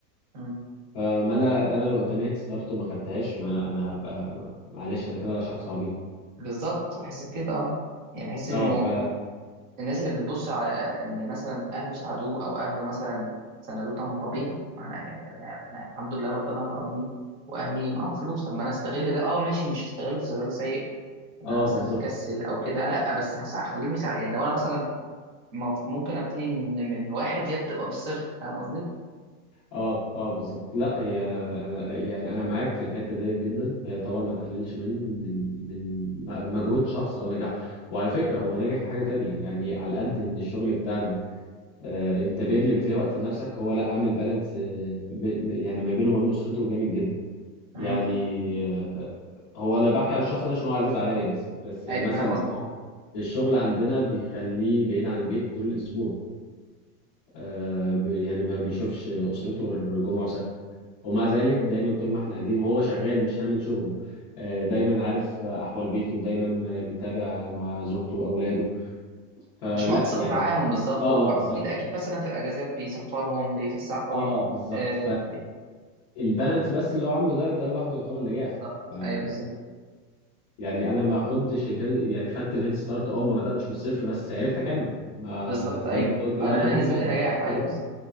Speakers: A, on the right (about 30°); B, on the left (about 25°).
A: مم.
B: فما انا انا لو قدامي هيد ستارت وما خدتهاش ما انا انا هبقى معلش انا كده شخص عبيط
A: بالظبط بحس بكده اه يعني بحس انه
B: اه ف
A: الناس اللي بتبص على ان مثلا اهله ساعدوه او اهله مثلا سندوه طب ما طبيعي ما انا يعني انا أنا الحمد لله ربنا كرمني واهلي معاهم فلوس طب ما انا استغل ده اه ماشي مش هستغله استغلال سيء ان
B: اه
A: انا مثلا
B: بالظبط
A: اكسل او كده لا بس هسع- هخليهم يساعد يعني لو انا مثلا مف- ممكن ابتدي من من واحد ليه بتبقى بالصفر فاهم قصدي؟
B: اه اه بالظبط لا هي أنا يعني انا معاك في الحته ديت جدا هي طبعا ما تقللش من من من مجهود شخص او نجاحه وعلى فكره هو نجح في حاجه تانية يعني على قد ان الشغل بتاعنا آه، انت بيرلي بتلاقي وقت لنفسك هو لا عامل بالانس آه، ب- يعني ما بينه وما بين اسرته جامد جدا
A: مم.
B: يعني آه، هو انا بحكي على الشخص ده عشان هو عزيز عليا بس بس يعني
A: ايوه
B: مثلا
A: فاهم قصدي
B: هو الشغل عندنا بيخليه بعيد عن البيت طول الاسبوع آه، ب- يعني ما بيشوفش اسرته غير جمعه وسبت ومع ذلك دايما طول ما احنا قاعدين وهو شغال مش هامل شغله آه، دايما عارف احوال بيته دايما م- متابع مع زوجته واولاده فلا
A: مش مقصر
B: يعني
A: معاهم بالظبط
B: اه
A: واكيد
B: بالظبط
A: اكيد مثلا في الاجازات بيسفرهم بيفسحهم
B: اه بالظبط
A: آه بي-
B: البالانس بس اللي هو عامله ده ده لوحده يعتبر نجاح
A: بالظبط
B: ف
A: ايوه بالظبط
B: يعني انا ما كنتش الهيد يعني خدت الهيد ستارت اه ما بداتش من الصفر بس عرفت اكمل ما
A: بالظبط ايوه
B: زي ما انت قلت
A: ما
B: لو
A: ده
B: انا
A: بالنسبه
B: مهمل
A: لي
B: او مستهتر
A: نجاح ايوه بالظبط